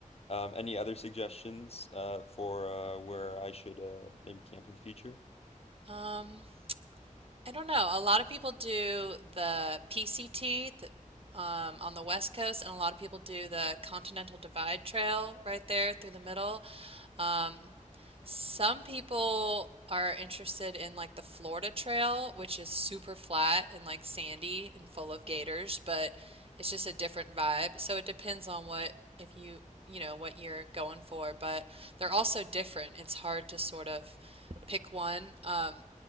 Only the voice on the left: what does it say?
Um, any other suggestions uh, for uh, where I should uh, maybe camp in the future?